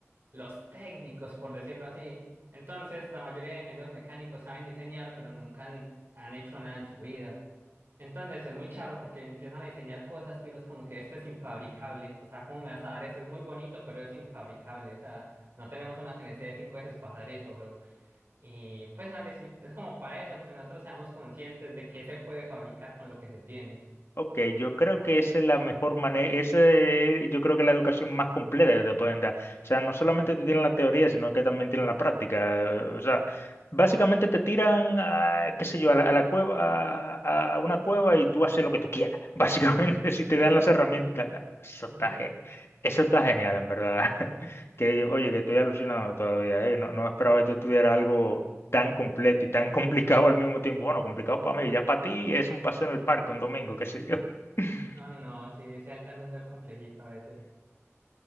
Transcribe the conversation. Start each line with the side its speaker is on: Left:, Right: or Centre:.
Right: los técnicos, por decirlo así. Entonces, la mayoría de ingenieros mecánicos saben diseñar, pero nunca han, han hecho nada en su vida. Entonces es muy charro porque empiezan a diseñar cosas que uno es como que esto es infabricable. O sea, ¿cómo me vas a dar eso? Es muy bonito, pero es infabricable. O sea, no tenemos una CNC de 5 ejes para hacer eso, bro. Y pues sale, sí. Es como para eso, porque nosotros seamos conscientes de qué se puede fabricar con lo que se tiene.
Left: Ok, yo creo que esa es la mejor manera, ese, eh, yo creo que es la educación más completa que te pueden dar. O sea, no solamente te tienen la teoría, sino que también tienen la práctica. eh, O sea, básicamente te tiran, a, qué sé yo, a la, a la cueva, a, a una cueva y tú haces lo que tú quieras. <laughs> Básicamente, si te
Right: Eso.
Left: dan las herramientas, y tal. Ah, eso
Right: ujú.
Left: está, ge- eso está genial, en verdad. <laughs> Que, oye, que estoy alucinado todavía, ¿eh? No, no esperaba que tú tuvieras algo tan completo y tan <laughs> complicado al mismo tiempo. Bueno, complicado para mí, ya para ti es un paseo en el parque un domingo, qué sé yo. <laughs>
Right: No, no, no, sí, sí alcanza a ser complejito a veces.